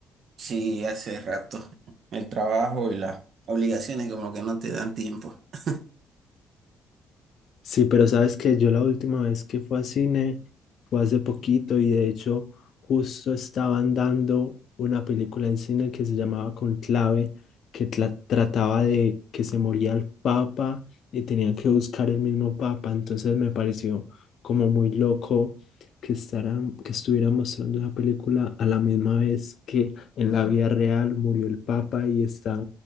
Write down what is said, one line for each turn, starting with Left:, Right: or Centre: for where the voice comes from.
Right: Sí, hace rato. El trabajo y las obligaciones como que no te dan tiempo. <laughs>
Left: Sí, pero sabes que yo la última vez que fui a cine fue hace poquito y de hecho justo estaban dando una película en cine que se llamaba Conclave, que tla- trataba de que se moría el Papa y tenían que buscar el mismo Papa. Entonces me pareció como muy loco que estarán, que estuviera mostrando esa película a la misma vez que en la vida real murió el Papa y está